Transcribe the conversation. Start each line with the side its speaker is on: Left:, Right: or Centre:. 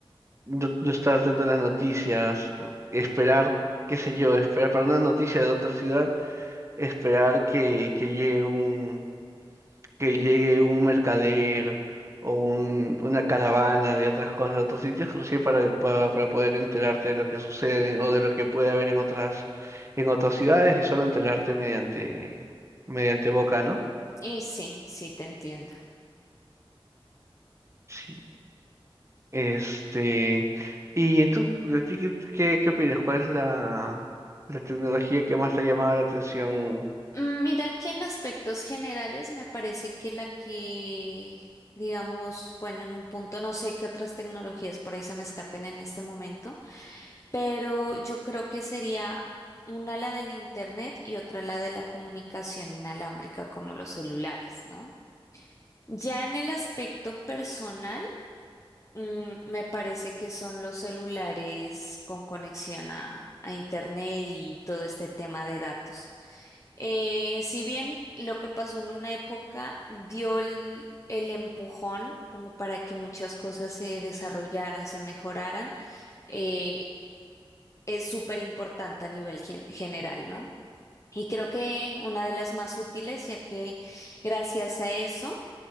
Right: no, no estar al tanto de las noticias, o esperar, qué sé yo, esperar para una noticia de otra ciudad, esperar que, que llegue un que llegue un mercader o un, una caravana de otras cosas, de otros sitios, recién para, para, para poder enterarte de lo que sucede o de lo que puede haber en otras, en otras ciudades y solo enterarte mediante, mediante boca, ¿no?
Left: Y sí, sí, te entiendo.
Right: Sí. Este, y tú, de ti, ¿qué, qué, qué opinas? ¿Cuál es la, la tecnología que más te ha llamado la atención?
Left: Mm, Mira que en aspectos generales me parece que la que, digamos, bueno, en un punto no sé qué otras tecnologías por ahí se me escapen en este momento, pero yo creo que sería una la del internet y otra la de la comunicación inalámbrica como los celulares, ¿no? Ya en el aspecto personal, mm, me parece que son los celulares con conexión a, a Internet y todo este tema de datos. Eh, si bien lo que pasó en una época dio el, el empujón como para que muchas cosas se desarrollaran, se mejoraran, eh, es súper importante a nivel gen- general, ¿no? Y creo que una de las más útiles, ya que gracias a eso,